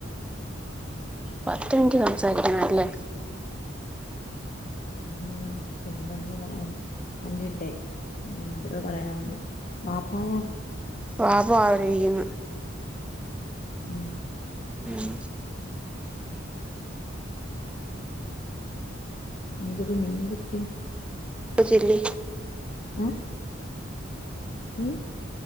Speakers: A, in the centre; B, on the left (about 40°).
A: പത്ത് മിനിറ്റ് സംസാരിക്കണല്ലേ?
B: ഉം പിന്നെന്ത്‌ പറയാൻ അഞ്ചുമിൻറ്റായി ഉം എന്തരോ പറയാൻ വന്ന് ബാപ്പായാ?
A: പാപ്പ അവടെയ്യുന്നു
B: ഉം
A: ഉം
B: എന്ത്ര് മീൻ കിട്ടി
A: ന്നാ ചെല്ല്
B: ഏ ഉം